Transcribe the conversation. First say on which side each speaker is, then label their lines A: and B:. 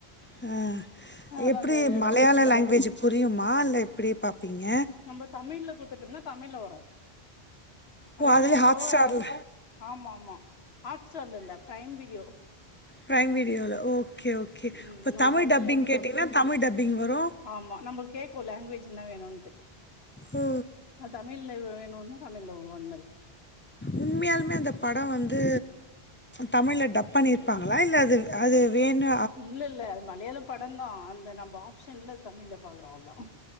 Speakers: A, on the left (about 15°); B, on the left (about 70°).
A: ஆ
B: அதனால
A: எப்டி
B: அந்த எடோ
A: மலையாள லாங்குவேஜ் புரியுமா இல்ல எப்டி பாப்பீங்க
B: நம்ப தமிழ்ல குடுத்துட்டோம்னா தமிழ்ல வரு
A: ஓ
B: மலையாள
A: அதுலயே
B: ஹீரோ
A: ஹாட் ஸ்டார்ல
B: ஆமா ஆமா ஹாட்ச் இல்லல்ல ப்ரைம் வீடியோ
A: ப்ரைம் வீடியோல ஓகே ஓகே
B: ம்
A: இப்போ
B: நம்ம
A: தமிழ்
B: தமிழ்ல
A: டப்பிங்
B: குடுத்
A: கேட்டிங்னா தமிழ் டப்பிங் வரு
B: ஆமா நம்ள கேக்கு லாங்குவேஜ் என்ன வேணுன்ட்டு
A: ஓ
B: அ தமிழ்ல வேணுனா தமிழ்ல வரு அந்த மாரி
A: உண்மையாலுமே அந்த படோ வந்து தமிழ்ல டப் பண்ணிருப்பாங்களா இல்ல அது அது வேணு
B: இல்லல்ல அது மலையாள படந்தாஔஔ அந்த நம்ப ஆப்ஷன்ல தமிழ்ல பாக்குறோ அவுள்தா